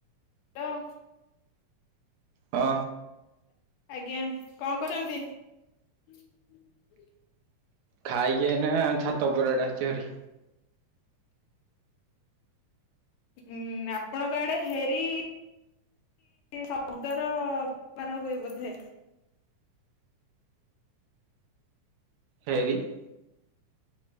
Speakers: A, on the left; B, on the right.
A: <unintelligible>
B: ହଁ।
A: ଆଜ୍ଞା କଣ କରନ୍ତି। <inaudible>
B: ଖାଇକି ଏଇନା ଛାତ ଉପର ଆଡେ ଆସିଛି ଭାରି।
A: ଉଁ ଆପଣଙ୍କ ଆଡେ ହେରି ଶବ୍ଦର ବବାର ହୁଏ ବୋଧେ?
B: ହେରି <inaudible>